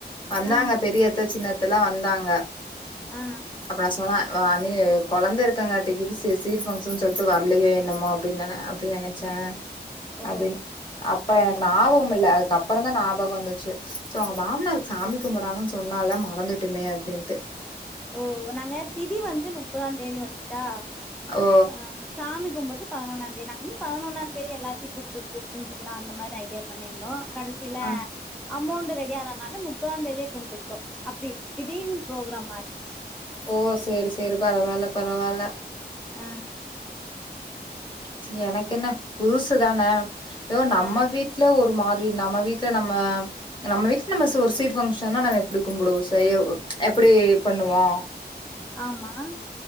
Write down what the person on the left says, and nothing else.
வந்தாங்க
பெரியத்த சின்ன அத் த்தல்லாம் ‌வந்தாங்க
அப்ப நா சொன அ அண்ணி கொழந்த இருக்கங்காட்டிக்குது சீ சீர் பங்க்ஷன்னு சொல்ட்டு வரலையே என்னமோ அப்பிடின்னு ந அப்பிடி நெனைச்சேன்
அப்டீன்னு அப் அப்ப எனக்கு ஞாபகம் இல்ல அதுக்கப்பறம் தான் ஞாபகம் வந்துச்சு சோ அவ மாமனாருக்கு சாமி கும்புறாங்கன்னு சொன்னால மறந்துட்டுனே அப்டின்ட்டு
ஓ
ஆ
ஓ சேரி சேரி பரவால்ல பரவால்ல
சி எனக் என்ன புதுசு தான யோ நம்ம
வீட்ல ஒரு மார் நம வீட்ல நம்ம நம்ம வீட்டு நம்ம சோறு சைட் பங்க்ஷன்னா நாங்க எப்புடி கும்புடுவு சையவு எப்புடி பண்ணுவோ